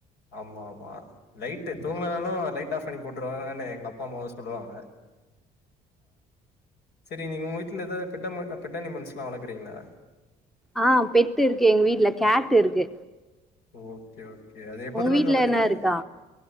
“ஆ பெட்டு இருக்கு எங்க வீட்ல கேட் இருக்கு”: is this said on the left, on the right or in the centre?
Centre